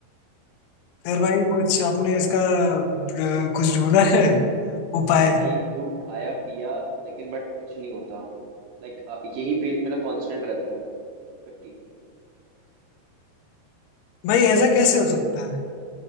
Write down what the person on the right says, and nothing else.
भाई खूब खाया पिया लेकिन बट कुछ नहीं होता लाइक यही वेट मेरा कांस्टेंट रहता है फिफ्टी